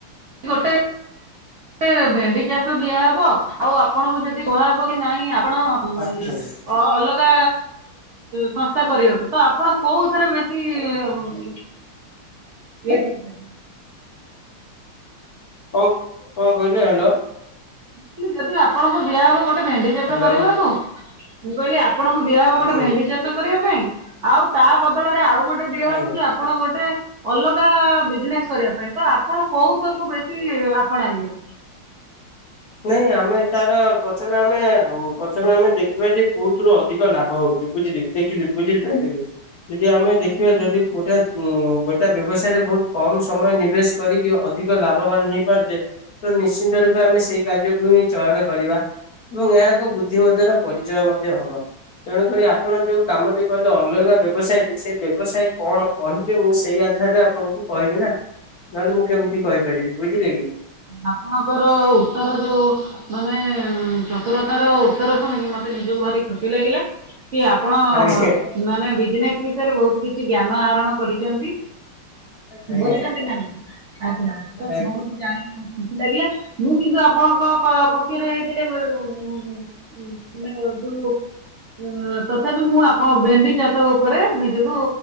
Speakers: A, on the right (about 60°); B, on the left (about 55°).
A: ଗୋଟେ ଅ, ଭେଣ୍ଡି ଚାଷ ଦିଆହବ, ଆଉ ଆପଣଙ୍କୁ ଯଦି କୁହାହବ କି ନାଇଁ ଆପଣ
B: ଆଠ ପିସ୍ ଆଜ୍ଞା।
A: ଅ, ଅଲଗା ସଂସ୍ଥା କରିବା ତ ଆପଣ କୋଉଥିରେ ବେଶୀ <unintelligible> ଇଏ କରିଛନ୍ତି?
B: କଣ କଣ କହିଲେ? ହ୍ୟାଲୋ।
A: <unintelligible> ଯଦି ଆପଣଙ୍କୁ ଦିଆହବ ଗୋଟେ ଭେଣ୍ଡି
B: ହ୍ୟାଲୋ
A: ଚାଷ କରିବାକୁ, ମୁଁ କହିଲି ଆ ଆପଣଙ୍କୁ ଦିଆହବ
B: ହୁଁ
A: ଗୋଟେ ଭେଣ୍ଡି ଚାଷ କରିବା ପାଇଁ। ଆଉ ତା ବଦଳରେ ଆଉ ଗୋଟେ ଦିଆହବ
B: ଆଜ୍ଞା।
A: କି ଆ ଆପଣ ଗୋଟେ ଅଲଗା ବିଜନେସ୍ କରିବା ପାଇଁ ତ ଆପଣ କୋଉ ତାକୁୁ ବେଶୀ ଆପଣାଇବେ?
B: ନାଇଁ ଆମେ ତାର ପ୍ରଥମେ ଆମେ ହୁଁ, ପ୍ରଥମେ ଆମେ ଦେଖିବା ଯେ କୋଉଥିରୁ ଅଧିକ ଲାଭ ହଉ ଚି, ବୁଝିଲି କି ଦେଖିଲି ବୁଝିଲି ପାରିଲେ କି ଯଦି ଆମେ ଦେଖିବା ଯଦି ଗୋଠା ଉ, ଗୋଟା ବ୍ୟବସାୟରେ ବହୁତ କମ ସମୟ ନିବେଶ କରିକି ଅଧିକ ଲାଭବାନ ହେଇପାରୁଚେ। ତ ନିଶ୍ଚିନ୍ତ ରୂପେ ଆମେ ସେଇ କାର୍ଯ୍ୟକୁ ହିଁ ଚୟନ କରିବା। ତୋମ ଗାଁ କୁ ବୁଦ୍ଧିମତିର ପରିଚୟ ମଧ୍ୟ ହବ। ତେଣୁକରି ଆପଣ ଯୋଉ କାମଟି କଲେ ଅଲଗା ବ୍ୟବସାୟଟି ସେ ବ୍ୟବସାୟ କଣ? କହିଲେ ମୁଁ ସେଇ ଆଧାରରେ ଆପଣଙ୍କୁ କହିବି ନା, ନହେଲେ ମୁଁ କେମିତି କହିପାରିବି ବୁଝିଲେ କି।
A: ଆପଣଙ୍କର ଉତ୍ତର ଯୋଉ ମାନେ ଚତୁରତାର ଉତ୍ତର ଶୁଣିକି ମୋତେ ନିଜକୁ ଭାରି ଖୁସି ଲାଗିଲା, କି ଆ ଆପଣ
B: ଆଜ୍ଞା
A: ମାନେ ବିଜନେସ୍ ବିଷୟରେ ବହୁତ କିଛି ଜ୍ଞାନ ଆରଣ କରିଚନ୍ତି।
B: ଆଜ୍ଞା
A: ବୁଝୁଛନ୍ତି ନା <unintelligible> ଆଚ୍ଛା ତ
B: ଆଜ୍ଞା
A: ବହୁତ ଜାଣିକି ବହୁତ ଖୁସି ଲାଗିଲା ମୁଁ କିନ୍ତୁ ଆପଣଙ୍କ ପ- ପକ୍ଷରେ ହେଇଥିଲେ <unintelligible> ହୁଁ, <unintelligible> ତ ତଥାପି ମୁଁ ଆପଣ ଭେଣ୍ଡି ଚାଷ ଉପରେ ନିଜକୁ